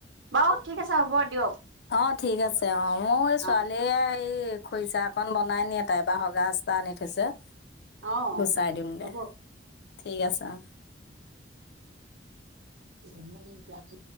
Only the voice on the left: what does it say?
অ' ঠিক আছে অ' মোৰ এই
ছোৱালীয়ে এই খৰিচা অকন বনাই নিয়ে তাই এ বাঁহৰ গাজ এটা আনি থৈছে।
গুচাই দিওঁং
গে ঠিক আছে অ